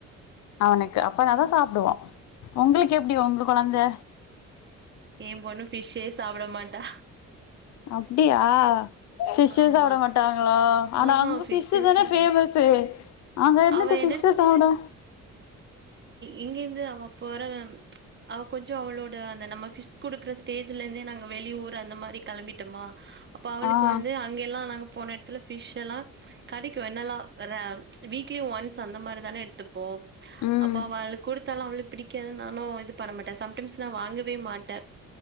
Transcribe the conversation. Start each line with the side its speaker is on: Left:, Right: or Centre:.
Left: அவனுக்கு அ அப்ப நாதான் சாப்பிடுவோம் உங்களுக்கு எப்படி உங்க குழந்தை
Right: ஏன் பொண்ணும் பபிஷ்சே சாப்பிட மாட்டா
Left: அப்படியா பபிஷ்
Right: ஆமா
Left: சாப்பட மாட்டாங்களா ஆனா
Right: ஆஹா
Left: அங்க
Right: ஃபிஷ்ஷே
Left: பிஷு தானே
Right: சாப்ட
Left: பேமஸ்
Right: மாட்
Left: ஆஹ்ங்கந்துட்டு
Right: அவ என்ன
Left: பிஷஸ் அட
Right: இங்க இருந்து அவ போற அவள் கொஞ்சம் அவளோட அந்த நம்மி குடுக்குற ஸ்டேஜ்ல இருந்தே நாங்க வெளியூஊர் அந்த மாதிரி கிளம்பிட்டோமா அப்ப அவளுக்கு
Left: ஆ
Right: வந்து அங்க எல்லாம் நாங்க போன இடத்துல பபிஷ் எல்லாம் கிடைக்கும் என்னெல்லாம் ராவ் வீக்லி ஒன்ஸ் அந்த மாதிரி தானே எடுத்துப்போம்
Left: ம்
Right: அப்ப அவளுக்கு கொடுத்து அவ்ளவு பிடிக்காது நானும் இது பண்ண மாட்டேன் சம்டைம்ஸ் நான் வாங்கவே மாட்டேன்